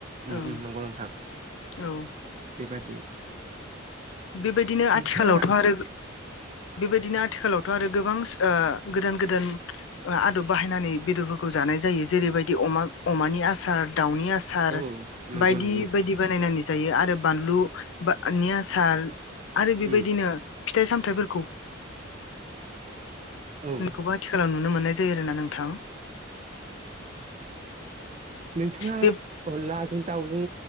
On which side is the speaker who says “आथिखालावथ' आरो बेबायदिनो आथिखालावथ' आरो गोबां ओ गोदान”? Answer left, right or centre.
Left